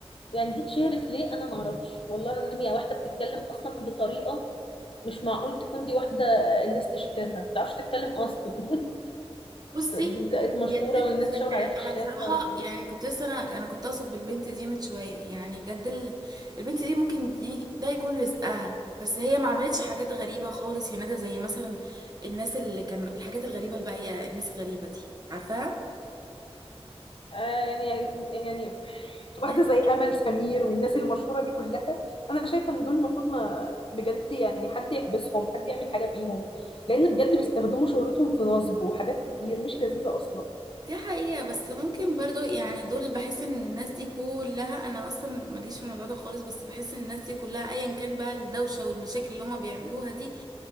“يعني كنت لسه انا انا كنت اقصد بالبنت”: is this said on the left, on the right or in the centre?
Right